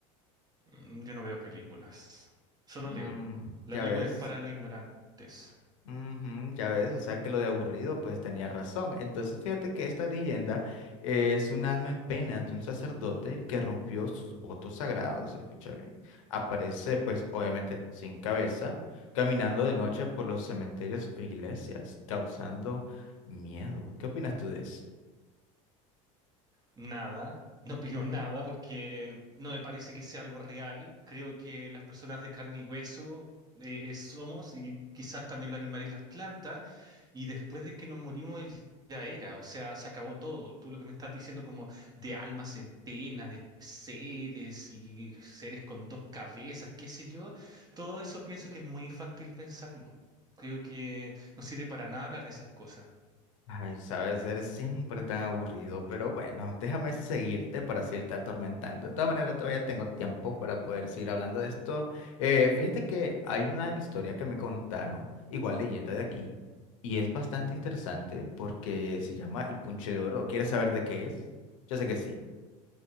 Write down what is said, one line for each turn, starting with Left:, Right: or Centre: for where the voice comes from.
Right: Mm, Yo no veo películas, solo
Left: Mm,
Right: leo.
Left: ya
Right: La película
Left: ves,
Right: es para los ignorantes.
Left: Ujú, ya ves, o sea que lo de aburrido pues tenía razón. Entonces fíjate que esta leyenda es un alma en pena de un sacerdote que rompió sus votos sagrados, escucha bien. Aparece pues obviamente sin cabeza, caminando de noche por los cementerios o iglesias, causando miedo. ¿Qué opinas tú de eso?
Right: Nada, no opino nada porque no me parece que sea algo real. Creo que las personas de carne y hueso eh, eh, somos y quizás también los animales y las plantas. Y después de que nos morimos ya era, o sea, se acabó todo. Tú lo que me estás diciendo como de almas en pena, de seres y seres con dos cabezas, qué sé yo, todo eso pienso que es muy infantil pensarlo. Creo que no sirve para nada hablar de esas cosas.
Left: Ay, sabes, eres siempre tan aburrido, pero bueno, déjame seguirte para seguirte atormentando. De todas maneras, todavía tengo tiempo
Right: Mm,
Left: para poder seguir hablando de esto. Eh, fíjate que hay una historia que me contaron, igual leyenda de aquí, y es bastante interesante porque se llama El Punche de Oro. ¿Quieres saber de qué es? Yo sé que sí.